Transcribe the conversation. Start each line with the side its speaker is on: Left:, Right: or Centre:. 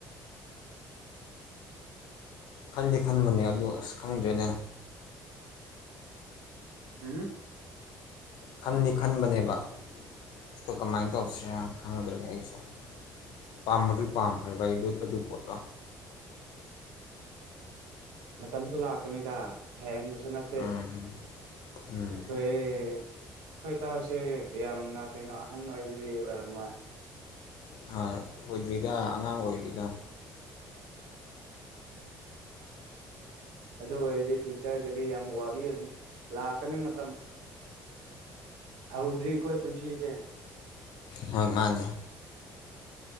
Left: ꯈꯟꯗꯤ ꯈꯟꯕꯅꯦ ꯑꯗꯣ ꯑꯁ ꯈꯪꯗ꯭ꯔꯦꯅꯦ
Right: ꯎꯝꯍꯨꯝ
Left: ꯈꯟꯗꯤ ꯈꯟꯕꯅꯦꯕ ꯑꯗꯣ ꯀꯃꯥꯏꯟ ꯇꯧꯁꯤꯔ ꯈꯪꯗ꯭ꯔꯦ ꯑꯩꯁꯨ ꯄꯥꯝꯕꯨꯗꯤ ꯄꯥꯝꯈ꯭ꯔꯦꯕ ꯑꯩ ꯑꯗꯨ ꯄꯣꯠꯇꯣ
Right: ꯃꯇꯝꯁꯨ ꯂꯥꯛꯀꯅꯤꯗ ꯊꯦꯡꯕꯁꯨ ꯅꯠꯇꯦ
Left: ꯎꯝ ꯎꯝ
Right: ꯑꯈꯣꯏ ꯈꯣꯏ ꯏꯇꯥꯎꯁꯦ ꯌꯥꯝꯅ ꯀꯩꯅꯣ ꯑꯍꯟ ꯑꯣꯏꯕꯗꯤ ꯑꯣꯏꯔꯝꯃꯣꯏ
Left: <unintelligible> ꯑꯣꯏꯗ꯭ꯔꯤꯗ ꯑꯉꯥꯡ ꯑꯣꯏꯔꯤꯗ
Right: ꯑꯗꯨ ꯑꯣꯏꯔꯗꯤ ꯐ꯭ꯌꯨꯆꯔꯒꯗꯤ ꯌꯥꯝ ꯋꯥꯕꯤꯔꯨꯅꯨ ꯂꯥꯛꯀꯅꯤ ꯃꯇꯝ ꯍꯧꯗ꯭ꯔꯤ ꯑꯈꯣꯏ ꯄꯨꯟꯁꯤꯁꯦ
Left: ꯍꯣꯏ ꯃꯥꯅꯦ